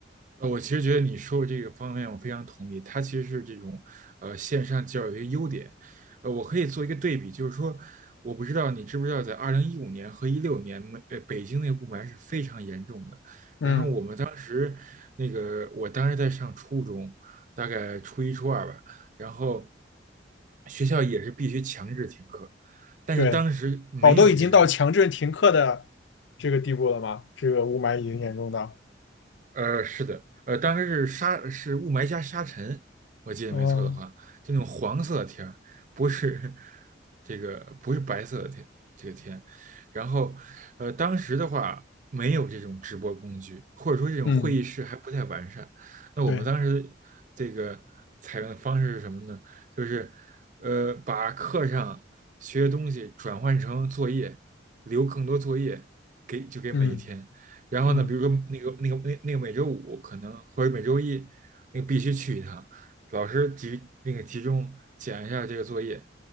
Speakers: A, on the right; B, on the left.
A: 呃，我其实觉得你说的这个方面我非常同意，它其实是这种呃线上教育的一个优点。呃，我可以做一个对比，就是说，我不知道你知不知道，在二零一五年和一六年，美呃北京那个雾霾是非常严重的。
B: 嗯，
A: 然后我们当时那个，我当时在上初中，大概初一初二吧，然后学校也是必须强制停课，但是当时没有这种
B: 对，哦，都已经到强制停课的这个地步了吗？这个雾霾已经严重到，
A: 呃，是的，呃，当时是沙，是雾霾加沙尘，我记得没错的话，
B: 嗯
A: 就那种黄色的天儿，不是 <laughs> 这个不是白色的天，这个天。然后，呃，当时的话没有这种直播工具，或者说这种会议室还不太完善。
B: 嗯，
A: 那我们当时这个采用的方式是什么呢？
B: 对，
A: 就是，呃，把课上学的东西转换成作业，留更多作业给就给每一天。
B: 嗯
A: 然后呢，
B: 嗯。
A: 比如说那个那个那那个每周五可能或者每周一，那个必须去一趟，老师集那个集中检一下这个作业。